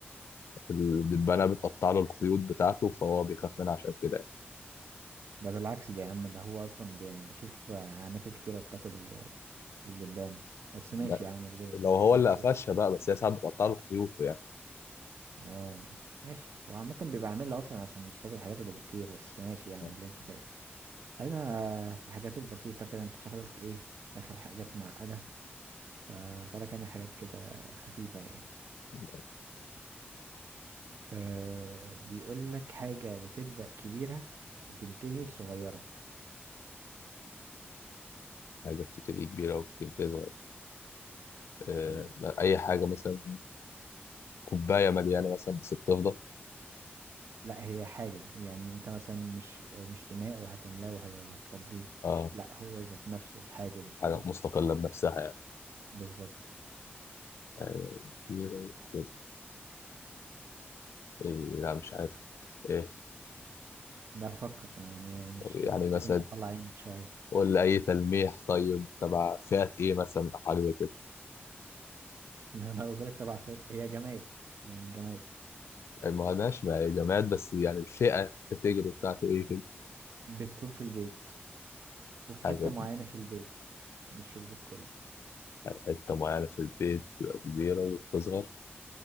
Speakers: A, on the left (about 85°); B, on the right (about 80°).
A: الدبانة بتقطع له الخيوط بتاعته فهو بيخاف منها عشان كده يعني.
B: ده بالعكس ده يا عم ده هو اصلا بي... أنا بشوف عناكب كتيرة بتاكل ال- الدبان دي بس ماشي
A: لا.
B: يا عم اللي
A: لو هو
B: اللي
A: اللي
B: تشوف
A: قفشها بقى بس هي ساعات بتقطع له خيوطه يعني
B: اه ماشي هو عامة بيبقى عاملها اصلا عشان يصطاد الحاجات اللي بتطير بس ماشي يا عم
A: آه.
B: اللي انت شايفه خلينا في الحاجات البسيطة كده انت شغلك ايه دخل حاجات معقدة فسألك انا حاجات كده خفيفة يعني
A: لا.
B: أه بيقول لك حاجة بتبدأ كبيرة وتنتهي صغيرة
A: حاجة بتبتدي كبيرة وبتنتهي صغيرة آه.
B: اه
A: أي حاجة مثلا كوباية مليانة مثلا بس بتفضى
B: لا هي حاجة يعني انت مثلا مش مش اناء وهتملاه وهتفضيه
A: اه
B: لا هو ذات نفسه الحاجة دي فاهم
A: حاجة مستقلة بنفسها يعني.
B: بالظبط
A: آه، كبيرة كده إيه لا مش عارف إيه
B: بفكر يعني مش
A: طب يعني
B: لازم
A: مثلا
B: اطلع عينك شوية
A: قول لي أي تلميح طيب تبع فئة إيه مثلا أو حاجة زي كده
B: <laughs> لو انا قلت لك طبعا فات هي جماد يعني جماد
A: يعني ما هناش مع جماد بس يعني الفئة الكاتيجوري بتاعته إيه كده
B: بتكون في البيت وفي
A: حاجة
B: حتة معينة في البيت مش في البيت كله
A: يعني حتة معينة في البيت تبقى كبيرة وبتصغر